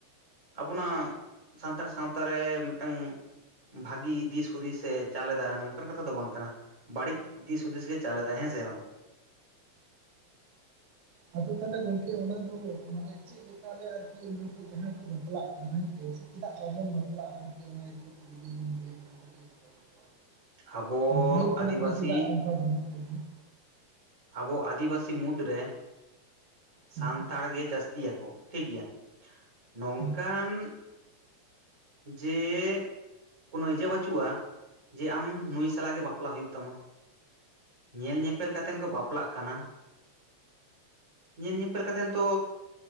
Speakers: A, on the right; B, on the right.
A: ᱟᱵᱚᱱᱟᱜ ᱥᱟᱱᱛᱟᱲ ᱥᱟᱶᱛᱟ ᱨᱮ ᱢᱤᱫᱴᱟᱝ ᱵᱷᱟᱜᱤ ᱫᱤᱥ-ᱦᱩᱫᱤᱥ ᱮ ᱪᱟᱞ ᱮᱫᱟ ᱱᱚᱝᱠᱟᱱ ᱠᱟᱛᱷᱟ ᱫᱚ ᱵᱟᱝ ᱠᱟᱱᱟ᱾ ᱵᱟᱹᱲᱤᱡ ᱫᱤᱥ ᱦᱩᱫᱤᱥ ᱜᱮ ᱪᱟᱞᱮᱫᱟ ᱦᱮᱸ ᱥᱮ ᱵᱟᱝ ᱾ <inaudible>
B: ᱟᱫᱚ ᱛᱟᱦᱚᱞᱮ ᱜᱚᱝᱠᱮ ᱚᱱᱟ ᱫᱚ ᱢᱟᱱᱮ ᱪᱮᱫ ᱞᱮᱠᱟ ᱨᱮ ᱟᱨᱠᱤ ᱱᱚᱜᱼᱚᱭ ᱡᱮ ᱡᱟᱦᱟᱸᱭ ᱠᱚ ᱵᱟᱯᱞᱟᱜ ᱠᱟᱱᱟ ᱦᱮᱸ ᱥᱮ ᱪᱮᱫᱟᱜ ᱵᱟᱵᱚᱱ ᱵᱟᱯᱞᱟᱜᱼᱟ ᱾ ᱡᱩᱫᱤ ᱵᱤᱱ ᱞᱟᱹᱭ ᱠᱮᱭᱟ ᱠᱟᱹᱴᱤᱡ ᱱᱟᱯᱟᱭ ᱠᱚᱜᱼᱟ
A: ᱟᱵᱚ
B: ᱢᱟᱱᱮ ᱯᱟᱹᱦᱤᱞ ᱠᱷᱚᱱᱟᱜ
A: ᱟᱹᱫᱤᱵᱟᱹᱥᱤ
B: ᱜᱮ <inaudible>
A: ᱟᱵᱚ ᱟᱹᱫᱤᱵᱟᱹᱥᱤ ᱢᱩᱫᱽᱨᱮ
B: ᱦᱮᱸ
A: ᱥᱟᱱᱛᱟᱲ ᱜᱮ ᱡᱟᱹᱥᱛᱤ ᱡᱟᱹᱥᱛᱤᱭᱟᱠᱚ ᱴᱷᱤᱠ ᱜᱮᱭᱟ ᱱᱚᱝᱠᱟᱱ
B: ᱦᱮᱸ
A: ᱡᱮ ᱠᱳᱱᱳ ᱤᱭᱟᱹ ᱵᱟᱹᱪᱩᱜᱼᱟ, ᱡᱮ ᱟᱢ ᱱᱩᱭ ᱥᱟᱞᱟᱜ ᱜᱮ ᱵᱟᱯᱞᱟ ᱦᱩᱭᱩᱜ ᱛᱟᱢᱟ ᱾ ᱧᱮᱞ ᱧᱮᱯᱮᱞ ᱠᱟᱛᱮᱱ ᱠᱚ ᱵᱟᱯᱞᱟᱜ ᱠᱟᱱᱟ᱾ ᱧᱮᱞ ᱧᱮᱯᱮᱞ ᱠᱟᱛᱮᱱ ᱛᱚ